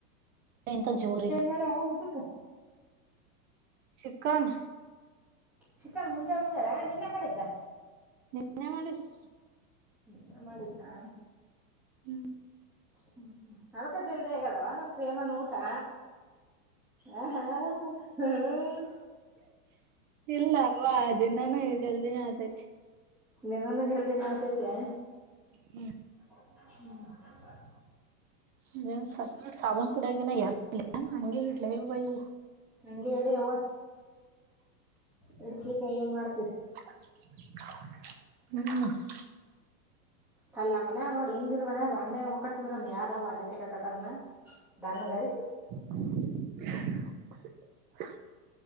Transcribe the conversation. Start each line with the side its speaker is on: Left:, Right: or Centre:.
Right: ಎಂತಾ ಜೋರ ಆಐತ
Centre: ಮಡಾ ಅವು ಹೋಗತ್
Right: ಚಿಕ್ಕನ್
Centre: ಚಿಕನ್ ಮುಂಜಾನೆ ಮುಂಜಳೆ ಎನ್ ನಿನ್ನೆ ಮಾಡಿದ್ದ
Right: ನಿನ್ನೆ ಮಾಡಿದ್ದ
Centre: ನೀನ್ನ ಮಾಡಿದ್ದಾ
Right: ಹುಂ
Centre: ಹ್ಮ ಅದಕ್ಕೆ ಜಲ್ದಿ ಆಗೆದಾವ ನಮ್ ಪ್ರೇಮಾನ ಊಟಾ ಆ ಹಾ ಹ್
Right: ಇಲ್ಲ ಅಲ್ವಾ ದಿನಾನೂ ಜಲ್ದಿನೇ ಆತೈತಿ.
Centre: ದಿನಾನು ಜಲ್ದಿನೇ ಆತೈತಾ
Right: ಹುಂ
Centre: <unintelligible>
Right: ಇದನ್ ಸತ್ತ ಸಾಬನ್ ಪುಡಾಗಿನ ಎದ್ಲಾ ಹಂಗೆ ಇಡ್ಲಾ ಯವ್ವಾ ಇಯು
Centre: ಹಂಗೆ ಇಡ ಅವ್ವ ಹಿಡಸ್ಲಿಕ್ಕೆ ಏನ್ ಮಾಡ್ತದಿ
Right: ಹುಂ
Centre: ಕಲ್ಲೇ ನಮ್ಮಮನ್ಯಾಗ ನೋಡ ಹಿಂದಿನ ಮನ್ಯಾಗ ಬಾಂಡೆ ಹೊಕಟ್ಟಿದ್ರ ಯಾರ ಬಾಂಡೆ ತಿಕ್ಕಾಕತಾರೇನ್ ತನಗರಿತ್
Right: <inaudible>